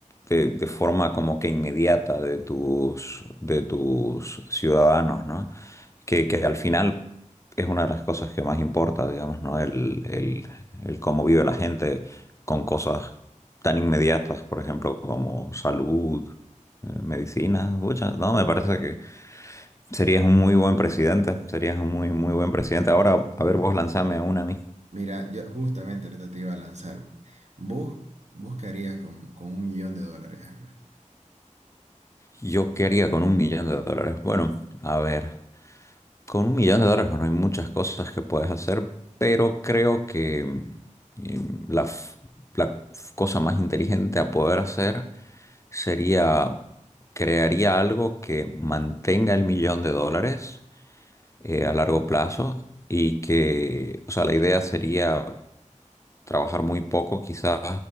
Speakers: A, on the left; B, on the right.
A: de, de forma como que inmediata de tus, de tus ciudadanos, ¿no? Que, que al final es una de las cosas que más importa, digamos, ¿no? El, el, el cómo vive la gente con cosas tan inmediatas, por ejemplo, como salud, eh, medicina, pucha, no, me parece que serías un muy buen presidente, serías un muy, muy buen presidente. Ahora, a ver, vos lanzame una a mí.
B: Mira, yo justamente ahorita te iba a lanzar. ¿Vos, vos qué harías con, con un millón de dólares? A ver.
A: ¿Yo qué haría con un millón de dólares? Bueno, a ver, con un millón de dólares, bueno, hay muchas cosas que puedes hacer, pero creo que mm, la, f- la f- cosa más inteligente a poder hacer sería, crearía algo que mantenga el millón de dólares eh, a largo plazo y que, o sea, la idea sería trabajar muy poco quizás